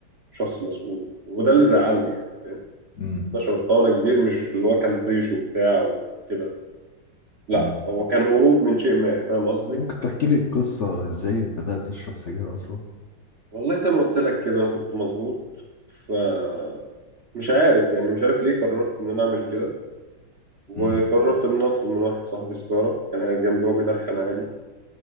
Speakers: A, on the right (about 55°); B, on the left (about 60°).
A: شخص مسؤول وده اللي زعلني يعني فاهم
B: مم.
A: أنا شربتها وأنا كبير مش اللي هو كان طيش وبتاع وكده لا
B: مم.
A: هو كان هروب من شيء ما فاهم قصدي
B: ممكن تحكي لي القصة ازاي بدأت تشرب سجاير اصلا
A: والله زي ما قلت لك كده أنا كنت مضغوط فمش عارف يعني مش عارف ليه قررت إن أنا أعمل كده وقررت
B: امم
A: إن أنا أطلب من واحد صاحبي سيجارة كان قاعد جنبي وهو بيدخن عادي